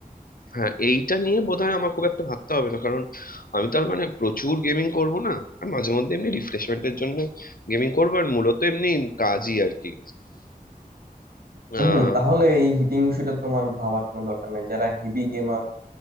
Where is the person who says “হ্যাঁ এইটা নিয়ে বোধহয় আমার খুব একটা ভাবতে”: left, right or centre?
Left